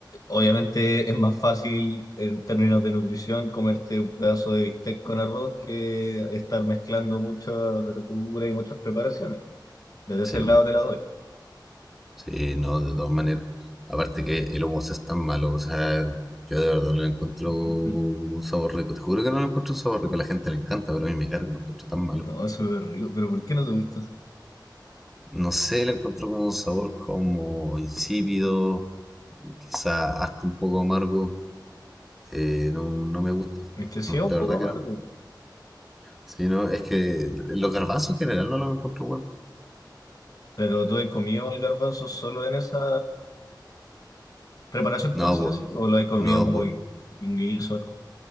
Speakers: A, on the left; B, in the centre.
A: obviamente es más fácil en términos de nutrición comerte un pedazo de bistec con arroz que estar mezclando muchas verduras y muchas preparaciones. Desde
B: sí,
A: ese lado
B: pues.
A: te la doy.
B: Sí, no, de todas maneras. Aparte que el hummus es tan malo, o sea, yo de verdad no le encuentro
A: <laughs>
B: un sabor rico. Te juro que no le encuentro un sabor rico. A la gente le encanta, pero a mí me carga, lo encuentro tan malo.
A: No, eso es rico, pero ¿por qué no te gusta?
B: No sé, le encuentro como un sabor como insípido, quizá hasta un poco amargo. Eh, no, no me gusta.
A: Es que sí
B: No,
A: es
B: De
A: un poco
B: verdad
A: amargo,
B: que no. Sí, no, es que los garbanzos en general no los encuentro buenos.
A: pero ¿tú has comido el garbanzo solo en esa preparación, por
B: No,
A: decir
B: po,
A: así? ¿O lo has comido
B: no,
A: como
B: po,
A: un guiso?